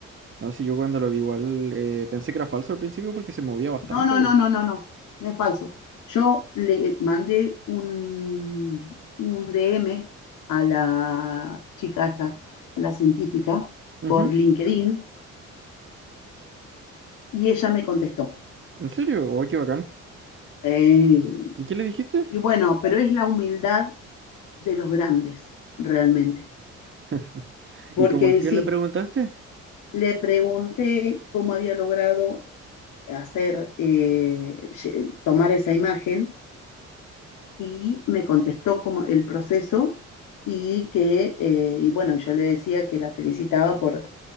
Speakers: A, on the right (about 40°); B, on the left (about 80°).
A: no, sí, yo cuando lo vi igual eh, pensé que era falso al principio porque se movía bastante,
B: No, no,
A: güey.
B: no, no, no, no, no es falso. Yo le mandé un, un DM a la chica esta, a la científica,
A: Ujú.
B: por LinkedIn, y ella me contestó.
A: ¿En serio? ¡Oh, qué bacán!
B: Eh,
A: ¿Y qué le dijiste?
B: y bueno, pero es la humildad de los grandes, realmente.
A: <laughs>
B: Porque
A: ¿Y como qué
B: sí,
A: le preguntaste?
B: le pregunté cómo había logrado hacer, eh, tomar esa imagen y me contestó como el proceso y que, eh, y bueno, yo le decía que la felicitaba por,